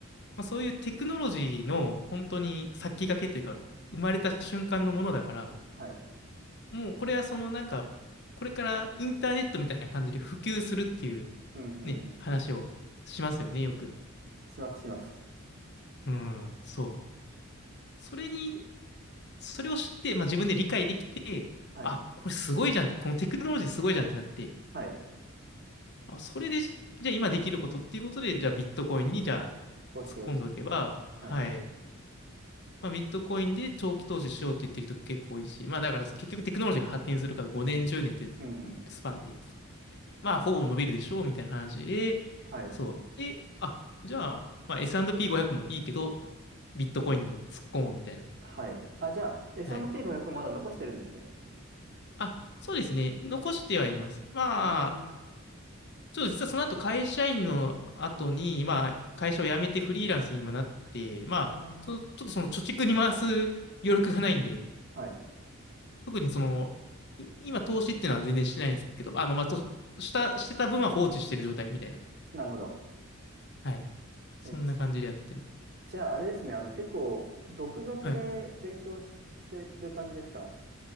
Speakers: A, on the left; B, on the right.
A: まあ、そういうテクノロジーの本当に先駆けというか、生まれた瞬間のものだから、
B: はい。
A: もうこれはそのなんか、これからインターネットみたいな感じで普及するっていう
B: うんうんうん。
A: ね、話をしますよね、よく。
B: します、します。
A: うん、そう。それにそれを知って、まあ、自分で理解できて、
B: はい。
A: あ、これすごいじゃんって、このテクノロジーすごいじゃんってなって、
B: はい。
A: あ、それで、じゃあ今できることっていうことで、じゃあビットコインにじゃあ
B: 投資をし、
A: 突っ込んでおけば、
B: はい。
A: はい。まあ、ビットコインで長期投資しようって言ってる人結構多いし、まあだから結局テクノロジーが発展するから5年、10年っていう
B: うん。
A: スパンで、まあほぼ伸びるでしょうみたいな話で、
B: はい。
A: そう。で、あ、じゃあ、まあ、S&P500 もいいけど、ビットコインにも突っ込もうみたいな。
B: はい。あ、じゃあ、S&P500
A: はい。
B: まだ残してるんですね。
A: あ、そうですね。残してはいます。まあ、
B: あ
A: ちょっと実はその後会社員の後に、まあ、会社を辞めてフリーランスに今なって、まあ、
B: あ、あ
A: そちょっとその貯蓄に回す余力がないんで、
B: あ。はい。
A: 特にその、い今投資っていうのは全然してないんですけど、あの、まあ、と、した、してた分は放置してる状態みたいな。
B: なるほど。
A: はい。そんな感じでやってる。
B: え、じじゃあ、あれですね。あの、結構、独学で勉強し、
A: はい。
B: してる感じですか